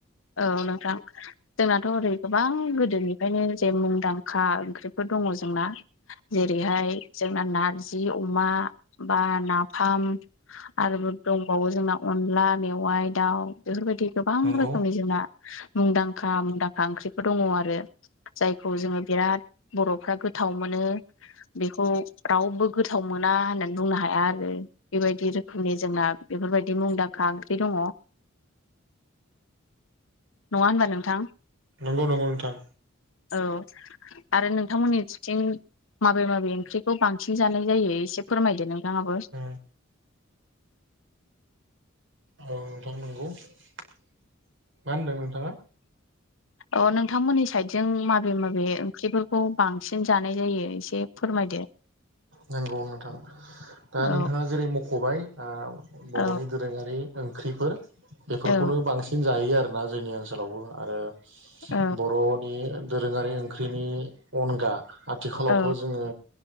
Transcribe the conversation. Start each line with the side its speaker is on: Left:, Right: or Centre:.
Left: औ नोंथां जोंनाथ' ओरै गोबां गोदोनि फायनो जे मुंदांखा ओंख्रिफोर दङ जोंना जेरैहाय जोंना नारजि अमा बा नाफाम आरो दंबावो जोंना अनला मेवाइ दाव बेफोरबायदि गोबां
Right: नंगौ
Left: रोखोमनि जोंना मुंदांखा मुंदांखा ओंख्रिफोर दङ आरो जायखौ जोङो बिराद बर'फ्रा गोथाव मोनो बेखौ रावबो गोथाव मोना होननानै बुंनो हाया आरो बेबायदि रोखोमनि जोंना बेफोरबायदि मुंदांखा ओंख्रि दङ नङा होनबा नोंथां
Right: नंगौ नंगौ नोंथां
Left: औ आरो नोंथांमोननिथिं माबे माबे ओंख्रिखौ बांसिन जानाय जायो एसे फोरमायदो नोंथाङाबो
Right: उम औ नोंथां नंगौ मा होनदों नोंथाङा
Left: अ नोंथांमोननि साइडजों माबे माबे ओंख्रिफोरखौ बांसिन जानाय जायो एसे फोरमायदो
Right: नांगौ नोंथां दा
Left: औ
Right: नोंथाङा जेरै मख'बाय बर'नि
Left: औ
Right: दोरोङारि ओंख्रिफोर बेफोरखौनो
Left: औ
Right: बांसिन जायो आरोना जोंनि ओनसोलावबो आरो
Left: औ
Right: बर'नि दोरोङारि ओंख्रिनि अनगा आथिखालावथ'
Left: औ
Right: जोङो